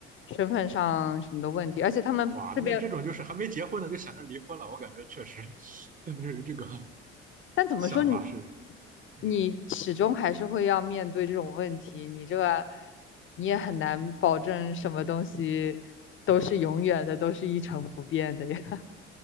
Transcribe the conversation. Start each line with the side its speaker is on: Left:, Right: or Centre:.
Left: 身份上什么的问题，而且他们这边。
Right: 哇，那这种就是还没结婚呢就想着离婚了，我感觉确实，<laughs> 不是这个
Left: 但怎么说你，
Right: 想法是嗯。
Left: 你始终还是会要面对这种问题，你这个你也很难保证什么东西都是永远的，都是一成不变的呀。